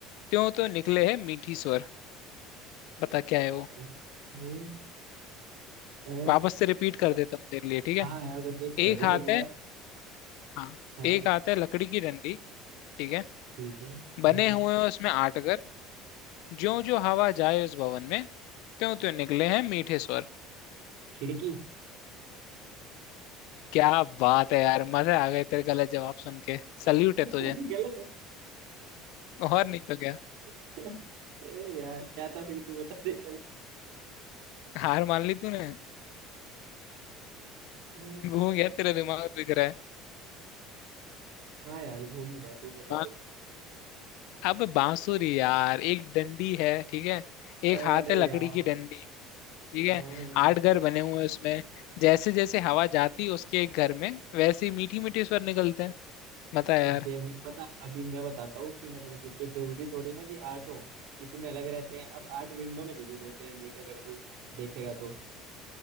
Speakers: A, on the left (about 75°); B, on the right (about 75°).
A: त्यों तो निकले है मीठी स्वर बता क्या है वो
B: ओके अ,
A: वापस से रिपीट कर देता हूँ तेरे लिए ठीक है
B: हाँ यार रिपीट कर
A: एक
B: दे
A: हाथ
B: एक बार
A: है हाँ
B: हाँ
A: एक हाथ है लकड़ी की डंडी ठीक है
B: ठीक है
A: बने
B: हाँ
A: हुए हैं उसमें आठ घर ज्यों ज्यों हवा जाए उस भवन में त्यों त्यों निकले हैं मीठे स्वर
B: खिड़की
A: क्या बात है यार मजे आ गए तेरे गलत जवाब सुन के सल्यूट
B: <laughs>
A: है तुझे
B: गलत है
A: और नहीं तो क्या
B: <laughs> ए, यार क्या था फिर तू बता दे चल
A: हार मान ली तूने
B: अ,
A: घूम गया तेरा दिमाग दिख रहा है
B: हाँ यार घूम गया तू बता
A: बा-
B: दे
A: अब बांसुरी यार एक डंडी है ठीक है
B: अरे
A: एक हाथ है लकड़ी
B: यार
A: की डंडी ठीक
B: हाँ
A: है
B: हाँ, हाँ।
A: आठ घर बने हुए हैं उसमें जैसे जैसे हवा जाती है उसके एक घर में वैसे ही मीठी मीठी स्वर निकलते हैं बता यार
B: ठीक देख मैं पता अभी मैं बताता हूँ कि मैं कंफ्यूज क्यों जरूरी थोड़ी ना कि आठ हो किसी में अलग रहते हैं अब आठ विंडो में जरूर होते हैं देख अगर तू देखेगा तो